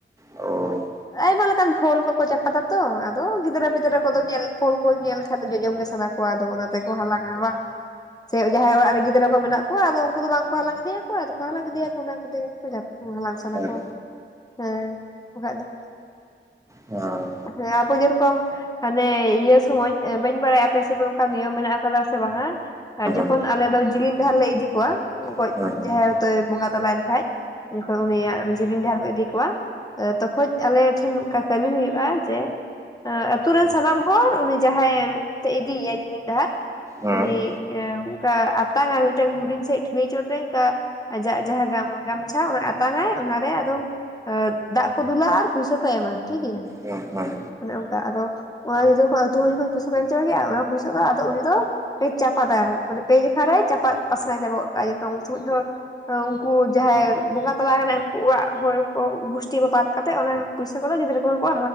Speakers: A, on the right; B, on the left.
A: ᱚ
B: ᱟᱭᱢᱟ ᱞᱮᱠᱟᱱ ᱯᱷᱚᱞ ᱠᱚᱠᱚ ᱪᱟᱯᱟᱫᱟ ᱛᱚ ᱟᱫᱚ ᱜᱤᱫᱽᱨᱟᱹ ᱯᱤᱫᱽᱨᱟᱹ ᱠᱚᱫᱚ ᱧᱮᱞ ᱯᱷᱚᱞ ᱠᱚ ᱧᱮᱞ ᱞᱮᱠᱷᱟᱱ ᱫᱚ ᱡᱚᱡᱚᱢ ᱜᱮ ᱥᱟᱱᱟ ᱠᱚᱣᱟ ᱠᱚᱣᱟ ᱫᱚ ᱚᱱᱟᱛᱮ ᱠᱚ ᱦᱟᱞᱟᱝᱼᱟ ᱵᱟᱝ ᱥᱮ ᱡᱟᱦᱟᱸᱭ ᱚᱲᱟᱜ ᱨᱮ ᱜᱤᱫᱽᱨᱟᱹ ᱠᱚ ᱢᱮᱱᱟᱜ ᱠᱚᱣᱟ ᱟᱫᱚ ᱩᱱᱠᱩ ᱫᱚ ᱵᱟᱝ ᱠᱚ ᱦᱟᱞᱟᱝ ᱤᱫᱤᱭᱟᱠᱚ ᱟᱫᱚ ᱠᱚ ᱦᱟᱞᱟᱝ ᱤᱫᱤᱭᱟᱠᱚ ᱚᱱᱟ ᱠᱚᱛᱮ ᱜᱮ <unintelligible> ᱦᱟᱞᱟᱝ ᱥᱟᱱᱟ
A: ᱦᱮᱸᱛᱚ ᱦᱮᱸ
B: ᱠᱚᱣᱟ ᱦᱮᱸ ᱵᱟᱠᱷᱟᱡ ᱫᱚ
A: ᱦᱚᱸ
B: ᱦᱮᱸ ᱟᱵᱚ ᱡᱮᱨᱚᱠᱚᱢ ᱢᱟᱱᱮ ᱤᱭᱟᱹ ᱥᱚᱢᱚᱭ ᱵᱟᱹᱧ ᱵᱟᱲᱟᱭᱟ ᱟᱯᱮ ᱥᱮᱫ ᱫᱚ ᱚᱱᱠᱟ ᱱᱤᱭᱚᱢ ᱢᱮᱱᱟᱜ ᱟᱠᱟᱫᱟ ᱥᱮ ᱵᱟᱝᱟ ᱟᱨ ᱡᱚᱠᱷᱚᱱ
A: ᱦᱮᱸ ᱦᱮᱸ
B: ᱟᱞᱮ ᱫᱚ ᱡᱤᱞᱤᱧ ᱰᱟᱦᱟᱨ ᱞᱮ ᱤᱫᱤ ᱠᱚᱣᱟ ᱜᱚᱡᱽ
A: ᱦᱮᱸ
B: ᱡᱟᱦᱟᱸᱭ ᱦᱚᱭᱛᱚᱭ ᱵᱚᱸᱜᱟ ᱛᱟᱞᱟᱭᱮᱱ ᱠᱷᱟᱡ ᱡᱚᱠᱷᱚᱱ ᱩᱱᱤᱭᱟᱜ ᱡᱤᱞᱤᱧ ᱰᱟᱷᱟᱨ ᱠᱚ ᱤᱫᱤ ᱠᱚᱣᱟ ᱛᱚᱠᱷᱚᱡ ᱟᱞᱮ ᱴᱷᱮᱱ ᱚᱱᱠᱟ ᱠᱟᱹᱢᱤ ᱦᱩᱭᱩᱜᱼᱟ ᱡᱮ ᱟᱛᱩ ᱨᱮᱱ ᱥᱟᱱᱟᱢ ᱦᱚᱲ ᱩᱱᱤ ᱡᱟᱦᱟᱸᱭ ᱮᱱᱛᱮ ᱤᱫᱤᱭᱮᱭᱟ ᱡᱤᱞᱤᱧ ᱰᱟᱦᱟᱨ
A: ᱦᱮᱸ
B: ᱩᱱᱤ ᱚᱱᱠᱟ ᱟᱛᱟᱝᱼᱟ ᱢᱤᱫᱴᱟᱝ ᱦᱩᱰᱤᱧ ᱥᱮᱫ ᱴᱷᱤᱞᱤ ᱪᱚᱴᱨᱮ ᱚᱱᱠᱟ ᱾ ᱟᱡᱟᱜ ᱡᱟᱦᱟᱸ ᱜᱟᱢᱪᱷᱟ ᱚᱱᱟ ᱟᱛᱟᱝᱟᱭ ᱚᱱᱟᱨᱮ ᱟᱫᱚ ᱫᱟᱜ ᱠᱚ ᱫᱩᱞᱟ ᱟᱨ ᱯᱚᱭᱥᱟ ᱠᱚ ᱮᱢᱟ ᱴᱷᱤᱠ ᱜᱮᱭᱟ
A: ᱦᱳᱭ ᱦᱳᱭ
B: ᱚᱱᱮ ᱚᱱᱠᱟ ᱟᱫᱚ ᱚᱱᱟ ᱡᱚᱛᱚᱠᱷᱚᱱ ᱟᱹᱛᱩ ᱦᱚᱲ ᱡᱚᱠᱷᱚᱱ ᱯᱚᱭᱥᱟ ᱠᱚ ᱮᱢ ᱪᱟᱵᱟᱭ ᱜᱮᱭᱟ ᱚᱱᱟ ᱯᱚᱭᱥᱟ ᱫᱚ ᱩᱱᱤ ᱫᱚ ᱠᱟᱹᱡ ᱪᱟ ᱪᱟᱯᱟᱫᱟᱭ ᱢᱟᱱᱮ ᱯᱮ ᱡᱮᱠᱷᱟ ᱨᱮᱭ ᱪᱟᱯᱟᱫ ᱯᱟᱥᱱᱟᱣ ᱪᱟᱵᱟ ᱠᱟᱜᱼᱟ <unintelligible> ᱩᱱ ᱥᱚᱢᱚᱭ ᱦᱚᱸ ᱾ ᱩᱱᱠᱩ ᱡᱟᱦᱟᱸᱭ ᱵᱚᱸᱜᱟ ᱛᱟᱞᱟ ᱠᱟᱱᱟᱭ ᱩᱱᱠᱩ ᱚᱲᱟᱜ ᱦᱚᱲ ᱠᱚ ᱜᱩᱥᱴᱤ ᱵᱟᱫ ᱠᱟᱛᱮᱜ ᱚᱱᱟ ᱯᱚᱭᱥᱟ ᱠᱚᱫᱚ ᱜᱤᱫᱽᱨᱟᱹ ᱠᱚᱦᱚ ᱠᱚ